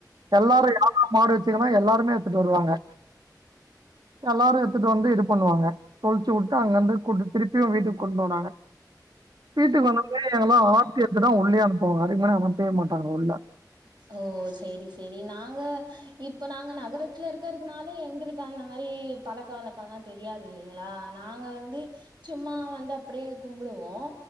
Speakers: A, on the right (about 70°); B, on the right (about 85°).
A: எல்லாரும் யாரல மாடு வச்ச எல்லாருமே எடுத்துட்டு வருவாங்க எல்லாரும் எடுத்துட் டு வந்து இது பண்ணுவாங்க தொளிச்சு விட்டு அங்க வந்து கூட்டு திருப்பியும் வீட்டுக்கு கொண்டு வனாங்க வீட்டுக்கு வந்தமே எங்க எல்லாம் ஆர்த்தி எத்துதா உள்ளேயே அனுப்புவாங்க அதுக்கு முன்ன அனுப்பவே மாட்டாங்க பா உள்ள
B: ஓ சரி சரி நாங்க இப்ப நா நகரத்தில் இருக்கறிறதுனால எங்களுக்கு அக்கா அந்த மாதிரி பழக்க வழழக்கம்லா தெரியாது இல்லைங்களா நாங்க வந்து சும்மா வந்து அப்படியே கும்பிடுவோம்